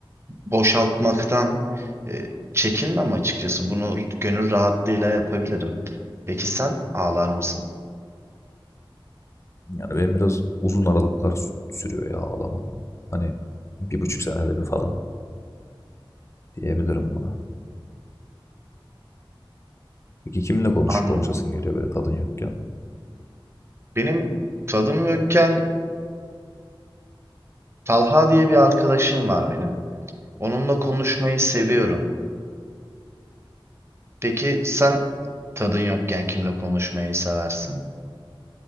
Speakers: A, on the right; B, on the left.
A: boşaltmaktan e, çekinmem açıkçası. Bunu gönül rahatlığıyla yapabilirim. Peki sen ağlar mısın?
B: Yani benim biraz uzun aralıklar sürüyor ya ağlamam. Hani bir buçuk senede bir falan diyebilirim buna. Peki kiminle konuş
A: Anladım.
B: konuşasın geliyor böyle tadın yokken?
A: Benim tadım yokken Talha diye bir arkadaşım var benim. Onunla konuşmayı seviyorum. Peki sen tadın yokken kimle konuşmayı seversin?